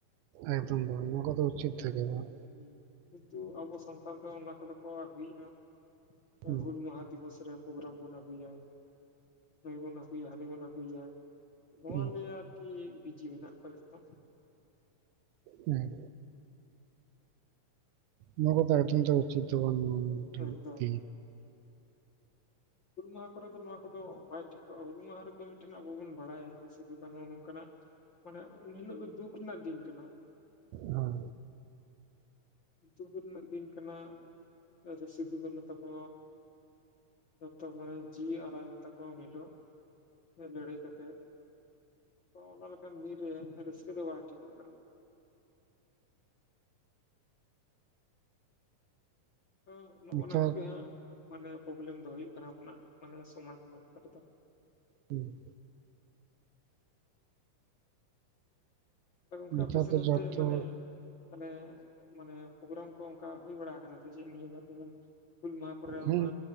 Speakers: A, on the right; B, on the left.
A: ᱮᱠᱫᱚᱢ ᱵᱟᱝ ᱱᱚᱣᱟ ᱠᱚᱫᱚ ᱩᱪᱤᱛ ᱛᱟᱦᱮ ᱜᱮ ᱵᱟᱝ᱾
B: ᱦᱚᱸ ᱱᱤᱛᱚᱜ ᱟᱵᱚ ᱥᱟᱱᱛᱟᱲ ᱫᱚ ᱚᱱᱟ ᱠᱚᱫᱚ ᱠᱚ ᱟᱹᱜᱩᱭᱮᱫᱼᱟ᱾
A: ᱦᱩᱸ
B: ᱟᱫᱚ ᱦᱩᱞ ᱢᱟᱦᱟ ᱫᱤᱵᱚᱥ ᱨᱮ ᱯᱨᱳᱜᱨᱟᱢ ᱵᱚᱱ ᱟᱹᱜᱩᱭᱟ᱾ ᱱᱩᱭ ᱵᱚᱱ ᱟᱹᱜᱩᱭᱟ ᱦᱟᱱᱤ ᱵᱚᱱ ᱟᱹᱜᱩᱭᱟ, ᱱᱚᱣᱟ
A: ᱦᱩᱸ
B: ᱞᱟᱹᱭ ᱟᱨᱠᱤ ᱵᱤᱡᱤ ᱢᱮᱱᱟᱜ ᱠᱚᱣᱟ ᱡᱚᱛᱚ᱾
A: ᱦᱮᱸ᱾ ᱱᱚᱣᱟ ᱠᱚᱫᱚ ᱮᱠᱫᱚᱢ ᱛᱮ ᱚᱪᱤᱛ ᱫᱚ ᱵᱟᱝ᱾ <unintelligible>
B: ᱮᱠᱫᱚᱢ ᱮᱠᱫᱚᱢ ᱦᱩᱞ ᱢᱟᱦᱟ ᱠᱚᱨᱮ ᱫᱚ ᱱᱚᱣᱟ ᱠᱚᱫᱚ ᱵᱟᱭ ᱴᱷᱤᱠᱚᱜᱼᱟ᱾ ᱦᱩᱞ ᱢᱟᱦᱟ ᱨᱮᱫᱚ ᱢᱤᱫᱴᱮᱱ ᱟᱵᱚ ᱵᱚᱱ ᱵᱟᱲᱟᱭᱟ ᱡᱮ ᱥᱤᱫᱸᱩ ᱠᱟᱹᱱᱩ ᱱᱚᱝᱠᱟᱱᱟᱜ ᱢᱟᱱᱮ, ᱩᱱᱦᱤᱞᱳᱜ ᱫᱚ ᱫᱩᱸᱠ ᱨᱮᱱᱟᱜ ᱫᱤᱱ ᱠᱟᱱᱟ᱾
A: ᱦᱚᱸ᱾
B: ᱫᱩᱠ ᱨᱮᱱᱟᱜ ᱫᱤᱱ ᱠᱟᱱᱟ, ᱪᱮᱫᱟᱜ ᱥᱮ ᱥᱤᱫᱸᱩ ᱠᱟᱹᱱᱩ ᱛᱟᱠᱚ ᱡᱚᱛᱚ ᱢᱟᱱᱮ ᱡᱤᱣᱤ ᱟᱞᱟᱟᱭ ᱞᱮᱱ ᱛᱟᱠᱚᱣᱟ ᱩᱱ ᱦᱤᱞᱳᱜ, ᱞᱟᱹᱲᱦᱟᱹᱭ ᱠᱟᱛᱮᱜ᱾ ᱛᱚ ᱚᱱᱟ ᱞᱮᱠᱟᱱ ᱫᱤᱱ ᱨᱮ, ᱨᱟᱹᱥᱠᱟᱹ ᱫᱚ ᱵᱟᱭ ᱴᱷᱤᱠᱚᱜ ᱠᱟᱱᱟ᱾ ᱛᱚ ᱱᱚᱳᱱᱟ
A: ᱱᱮᱛᱟᱨ
B: ᱠᱚᱜᱮ ᱦᱟᱸᱜ ᱢᱟᱱᱮ ᱯᱞᱚᱵᱮᱞᱮᱢ ᱫᱚ ᱦᱩᱭᱩᱜ ᱠᱟᱱᱟ ᱟᱵᱚᱱᱟᱜ ᱢᱟᱱᱮ ᱥᱚᱢᱟᱡ ᱵᱟᱨᱛᱟ ᱨᱮᱫᱚ᱾
A: ᱦᱩᱸ᱾
B: ᱦᱚᱭ ᱜᱚᱝᱠᱮ
A: ᱱᱮᱛᱟᱨ
B: ᱟᱯᱮᱥᱮᱱ
A: ᱫᱚ
B: ᱚᱱᱛᱮ
A: ᱡᱚᱛᱚ
B: ᱢᱟᱱᱮ, ᱢᱟᱱᱮ ᱢᱟᱱᱮ ᱯᱨᱳᱜᱨᱟᱢ ᱠᱚ ᱚᱱᱠᱟ ᱦᱩᱭ ᱵᱟᱲᱟ ᱟᱠᱟᱱᱟ ᱥᱮ ᱪᱮᱫ ᱱᱤᱭᱟᱹ ᱵᱟᱨ ᱡᱮᱢᱚᱱ ᱦᱩᱞ ᱢᱟᱦᱟ ᱠᱚᱨᱮ
A: ᱦᱮᱸ
B: ᱚᱱᱟ